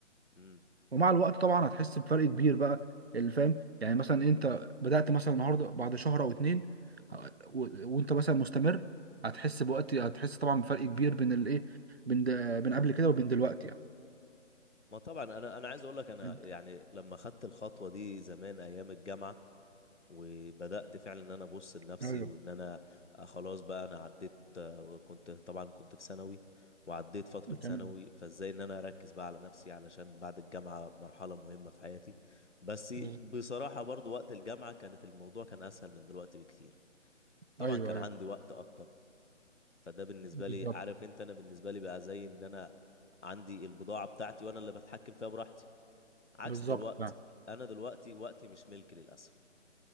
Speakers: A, on the left; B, on the right.
A: مم.
B: ومع الوقت طبعا هتحس بفرق كبير بقى اللي فاهم يعني مثلا انت بدأت مثلا النهارده بعد شهر او اتنين ه- و... وانت مثلا مستمر هتحس بوقت هتحس طبعا بفرق كبير بين الايه بين د... بين قبل كده وبين دلوقتي يعني
A: ما طبعا انا انا عايز اقول لك انا
B: انت...
A: يعني لما خدت الخطوه دي زمان ايام الجامعه وبدأت فعلا ان انا ابص لنفسي
B: ايوه
A: وان انا آه، خلاص بقى انا عديت آه، كنت طبعا كنت في ثانوي وعديت فترة ثانوي
B: تمام
A: فازاي ان انا اركز بقى على نفسي علشان بعد الجامعة مرحلة مهمة في حياتي بس
B: بز-
A: بصراحة برضو وقت الجامعة كانت الموضوع كان اسهل من دلوقتي بكتير طبعا
B: ايوه
A: كان
B: ايوه
A: عندي وقت اكتر فده بالنسبة
B: بالظبط
A: لي عارف انت انا بالنسبة لي بقى زي ان انا عندي البضاعة بتاعتي وانا اللي بتحكم فيها براحتي عكس
B: بالظبط
A: دلوقتي
B: فعلا
A: انا دلوقتي وقتي مش ملكي للأسف